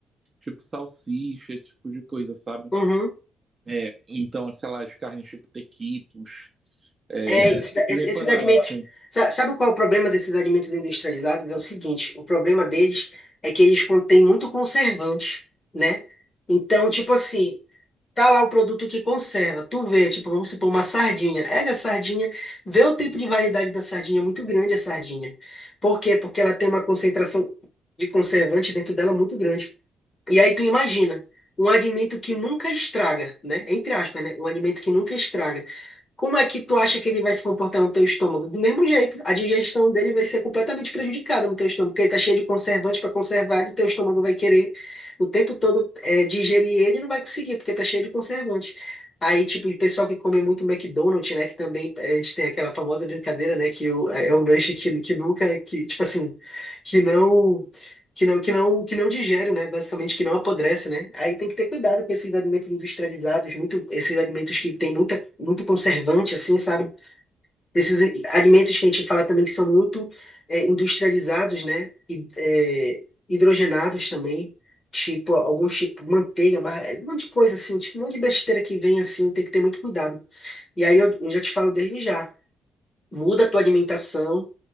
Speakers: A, on the right (about 20°); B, on the left (about 25°).
A: tipo salsicha, esse tipo de coisa, sabe?
B: uhum.
A: É, então aquelas carnes tipo tequitos, é,
B: É,
A: <laughs>
B: cida-
A: esses
B: esse-
A: empanados
B: esses alimentos.
A: assim.
B: sa- Sabe qual é o problema desses alimentos industrializados? É o seguinte: o problema deles é que eles contêm muito conservante, né? Então, tipo assim, tá lá o produto que conserva. Tu vê, tipo, vamos supor, uma sardinha. Pega a sardinha, vê o tempo de validade da sardinha, é muito grande a sardinha. Por quê? Porque ela tem uma concentração de conservante dentro dela muito grande. E aí tu imagina, um alimento que nunca estraga, né? Entre aspas, né? Um alimento que nunca estraga. Como é que tu acha que ele vai se comportar no teu estômago? Do mesmo jeito, a digestão dele vai ser completamente prejudicada no teu estômago, porque ele tá cheio de conservante para conservar, e teu estômago vai querer o tempo todo é, digerir ele e não vai conseguir, porque tá cheio de conservante. Aí, tipo, o pessoal que come muito McDonald's, né? Que também eh, a gente tem aquela famosa brincadeira, né? Que o, é é um lanche que, que nunca, que, tipo assim, que não que não, que não, que não digere, né? Basicamente que não apodrece, né? Aí tem que ter cuidado com esses alimentos industrializados, muito esses alimentos que tem muita, muito conservante, assim, sabe? Esses i- alimentos que a gente fala também que são muito é, industrializados, né? E, é, hidrogenados também, tipo alguns tipo manteiga, mas é um monte de coisa assim, tipo um monte de besteira que vem assim, tem que ter muito cuidado. E aí eu, eu já te falo desde já. Muda a tua alimentação,